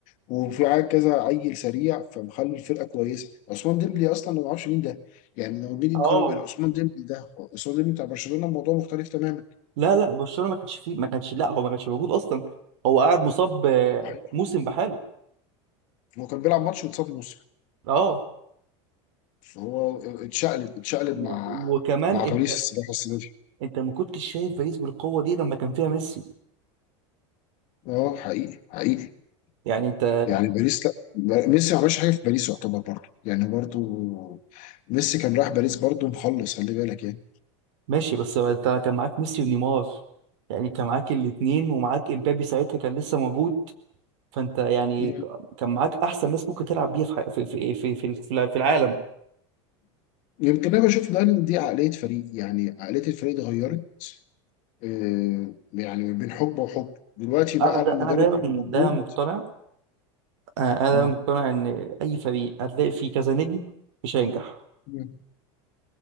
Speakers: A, on the left; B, on the right.
A: وفي عيال كذا عيل سريع فمخلي الفرقة كويسة عثمان ديمبلي أصلا أنا ما أعرفش مين ده يعني لما بنيجي نقارن
B: اه
A: بين عثمان ديمبلي ده عثمان ديمبلي بتاع برشلونة الموضوع مختلف تماما
B: لا لا برشلونه ما كانش فيه ما كانش لا هو ما كانش موجود اصلا هو قاعد مصاب آه،
A: الحقيقة.
B: موسم بحاله
A: هو كان بيلعب ماتش واتصاب موسم
B: اه
A: فهو اتشقلب اتشقلب
B: و-
A: مع
B: وكمان
A: مع
B: انت
A: باريس الصراحة السنة دي
B: انت ما كنتش شايف باريس بالقوه دي لما كان فيها ميسي
A: اه حقيقي حقيقي
B: يعني انت
A: يعني باريس لا ميسي ما عملش حاجه في باريس يعتبر برضه يعني برضه ميسي كان راح باريس برضه مخلص خلي بالك يعني
B: ماشي بس انت كان معاك ميسي ونيمار يعني انت معاك الاثنين ومعاك امبابي ساعتها كان لسه موجود فانت يعني
A: مم.
B: ك- كان معاك احسن ناس ممكن تلعب بيها في حي- في في في في في في العالم
A: يمكن انا بشوف ده ان دي عقليه فريق يعني عقليه الفريق اتغيرت آه، يعني من بين حقبه وحقبه دلوقتي
B: انا
A: بقى
B: ده
A: المدرب
B: انا دايما
A: اللي موجود
B: ده مقتنع آه، انا
A: مم.
B: دايما مقتنع ان اي فريق هتلاقي فيه كذا نجم مش هينجح
A: مم.